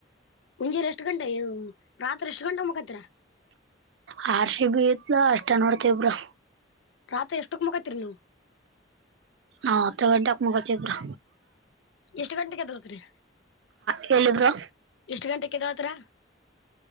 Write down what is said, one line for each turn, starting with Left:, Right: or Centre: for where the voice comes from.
Left: ಮುಂಜೆಲೆ ಎಷ್ಟು ಗಂಟೆಗೆ ರಾತ್ರಿ ಎಷ್ಟ ಗಂಟಗ ಮಕತ್ತೀರಾ
Right: ರ ಸಿ ಬಿ ಇತ್ತ ಅಷ್ಟ ನೋಡ್ತೇವಿ ಬ್ರೋ.
Left: ರಾತ್ರಿ ಎಷ್ಟಕ್ ಮಕ್ಕತಿರಿ ನೀವ
Right: ಹತ್ತ ಗಂಟಕ ಮಕ್ಕೊಂತೀವಿ ಬ್ರೋ
Left: ಎಷ್ಟ್ ಗಂಟೆಗೆ ಎದ್ದೇಲತೀರಿ.
Right: ಹೇಳಿ ಬ್ರೋ
Left: ಎಷ್ಟು ಗಂಟೆಕ ಎದ್ದೇಳತೀರ